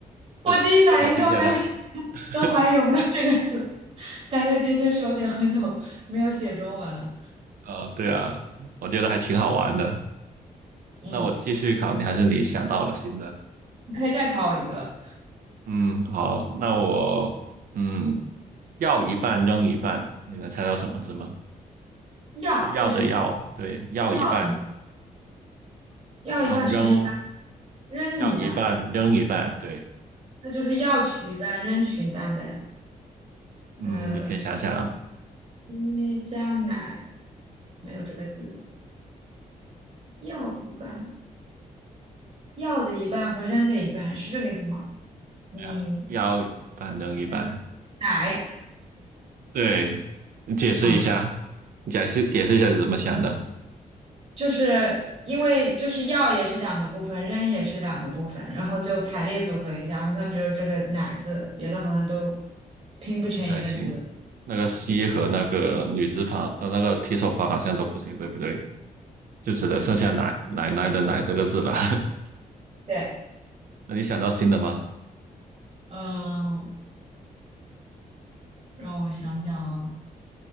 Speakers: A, on the right; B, on the right.
A: 就是这个还挺简单。
B: 我第一反应都没有想
A: <laughs>
B: <laughs> 都怀疑有没有这个字，感觉的确是有点很久没有写中文了。
A: 呃，对啊，我觉得还挺好玩的。
B: 嗯，
A: 那我继续考你，还是你想到了新的？
B: 你可以再考我一个，
A: 嗯，好，那我嗯，要一半扔一半，你能猜到什么字吗？
B: 要就是
A: 需要的要，对，要一半，
B: 要一要一半什么一半，
A: 然后扔，
B: 扔一半，
A: 要一半，扔一半，对，
B: 那就是要取一半，扔取一半呗。
A: 嗯，
B: 嗯、
A: 你可以想想啊，
B: 咪加奶没有这个字，药一半，药的一半和扔的一半是这个意思吗？女
A: 对啊，要一半扔一半，
B: 加奶
A: 对，啊，你解释一下，
B: 啊，
A: 你解释解释一下是怎么想的，
B: 就是因为就是药也是两个部分，扔也是两个部分，然后就排列组合一下，好像只有这个奶字，别的好像都拼不成一个字。
A: 不太行。那个西和那个女字旁，呃，那个提手旁好像都不行，对不对？就只能剩下奶奶奶的奶这个字了。<laughs>
B: 对，
A: 那你想到新的吗？
B: 嗯，让我想想啊，